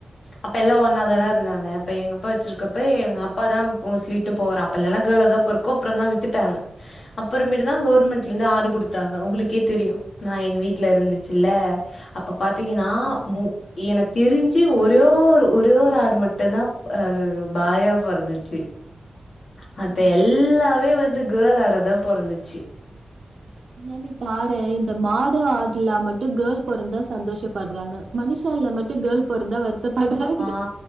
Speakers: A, on the left (about 70°); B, on the right (about 70°).
A: அப்ப எல்லா ஒன்னாதானெ
B: ம்
A: இருந்தாங்க அப்ப எங்கப்பா வச்சுருக்கப்ப
B: ம்
A: எங்கப்பா தா போஸ்லி விட்டு போவாரு அப்பல்லல்லா கேளாதா பொறக்கு அப்றந்தா வித்துட்டாங்க அப்பறமேட்டு தா கவுர்மெண்ட்லெந்து
B: ம்
A: ஆடு குடுத்தாங்க உங்களுக்கே தெரியு நா எங்க வீட்ல இருந்துச்சுல்ல அப்ப பாத்தீங்கனா
B: ஆமா ஆமா
A: மு எனக் தெரிஞ்சு ஒரே ஒரு ஒரே ஒரு ஆடு மட்டுந்தா அ அது பாயா பொறந்துச்சு மத்த
B: ம்.
A: எல்லாமே வந்து கேள் ஆடாதா பொறந்துச்சி
B: ஆனா நீ பாரே இந்த மாடு ஆடுலா மட்டு கேள் பொறந்தா சந்தோஷப்பட்றாங்க மனுஷால்ல மட்டு கேள் பொறந்தா வருத்தப்பட்றாங்க
A: ஆ